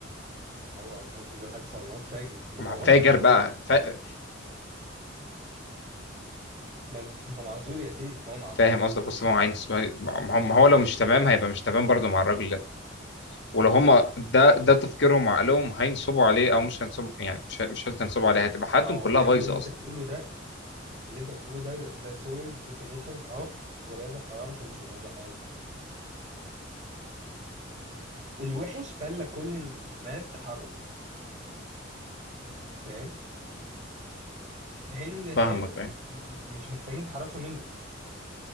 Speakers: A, on the right (about 40°); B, on the left (about 65°).
A: هو ممكن يجي له حد صالونات فاجر ما
B: مع
A: هو
B: فاجر
A: برضه معذور
B: بقى فا...
A: ما, انت... ما هو معذور يا سيف هو معذور
B: فاهم قصدك
A: هو-
B: بص ما هو عين ما هو ما هو لو مش تمام هيبقى مش تمام برضه مع الراجل ولو هم ده ده تفكيرهم وعقلهم هينصبوا عليه او مش هينصبوا يعني مش مش شرط هينصبوا عليه هتبقى حياتهم
A: ما هو
B: كلها
A: يا
B: بايظه
A: ابني اللي انت
B: اصلا
A: بتقوله ده اللي انت بتقوله ده ده سول ديفينيشن اوف ولاد الحرام ما سابوش ولاد الحلال حاجه الوحش خلى كل الناس تحرص فاهم في حين ان الحلو
B: فاهمك بقى
A: م- م- مش محتاجين تحرصوا منه